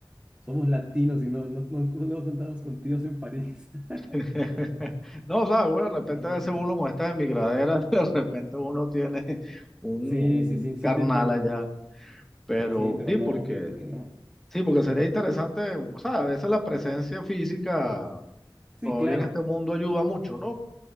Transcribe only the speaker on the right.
somos latinos y no, no, no, no no contamos con tíos en París. <laughs>
Sí,
no.
Sí,
sí, sí, sí
te entiendo.
Sí, pero
no,
fíjate que no.
Sí,
claro.